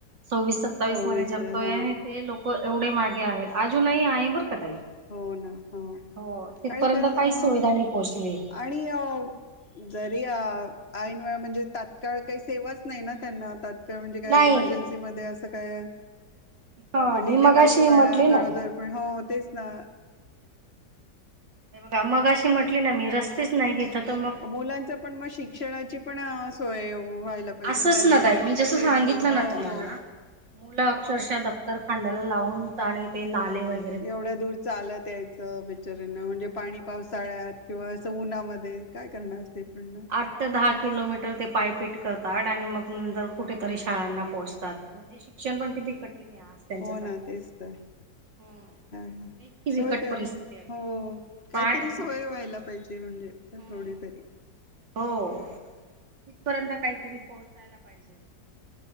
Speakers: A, on the right (about 85°); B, on the left (about 35°).
A: सवीस सत्तावीस
B: सव्वीस
A: मध्ये जगतोय.
B: हा
A: आणि ते लोक एवढे मागे आहेत. अजूनही आहे बरं का ताई.
B: हो ना. हो.
A: हो
B: आणि
A: तिथपर्यंत
B: कस
A: काहीच
B: हा
A: सुविधा नाही पोहचली.
B: आणि अ जरी ऐन वेळा, म्हणजे तात्काळ काही सेवाच नाही ना त्यांना. तात किंवा म्हणजे काय,
A: नाही.
B: इमर्जन्सीमध्ये असं काय,
A: हा मी
B: डिलेव्हरी
A: मगाशी
B: म्हणा.
A: म्हटली ना.
B: गरोदर पण, हो तेच ना.
A: बघा मगाशी म्हटली ना मी. रस्तेच नाही तिथं तर. मग
B: मुलांच पण मग. शिक्षणाची पण सोय व्हायला पाहिजे
A: असंच
B: त्यांना.
A: ना ताई मी जसं
B: तेच
A: सांगितलं
B: ना. हो
A: तुम्हाला
B: हो.
A: मुलं अक्षरशः दफ्तर खांद्याला लावून. आणि ते नाले वै
B: एवढ्या दूर चालत यायचं बिचऱ्यांन. म्हणजे पाणी
A: हो
B: पावसाळ्यात. किंवा असं उन्हामध्ये. काय करणार. ते पण ना.
A: आठ ते दहा किलोमीटर ते पायपीट करतात. आणि मग नंतर कुठेतरी शाळांना पोहोचतात. णजे शिक्षण पण किती कठीणे आज. त्यांच्यासाठी
B: हो ना, तेच तर.
A: हम्म
B: काय?
A: इतकी बिकट
B: सोय काय
A: परिस्थिती
B: हो,
A: आहे
B: हो हो
A: पाण्या
B: काहीतरी सोय व्हायला पाहिजे. म्हणजे
A: हम्म
B: थोडी तरी.
A: हो तिथपर्यंत काहीतरी पोहोचायला पाहिजे.